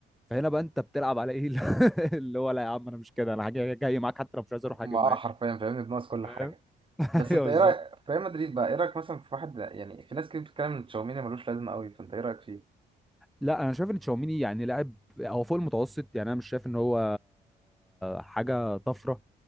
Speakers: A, in the centre; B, on the right.
A: فهنا بقى انت بتلعب على ايه <laughs> اللي هو لا يا عم انا مش كده انا حاجه جاي معاك حتى لو مش عايز اروح
B: ما
A: هاجي معاك
B: اه حرفيا فاهمني بنقص كل
A: فاهم
B: حاجة
A: <laughs>
B: بس
A: ايوه
B: انت
A: بالظبط
B: ايه رأيك في ريال مدريد بقى ايه رأيك مثلا في واحد يعني في ناس كتير بتتكلم ان تشاوميني ملوش لازمة قوي فانت ايه رأيك فيه
A: لا انا شايف ان تشاوميني يعني لاعب هو فوق المتوسط يعني انا مش شايف ان هو حاجه طفره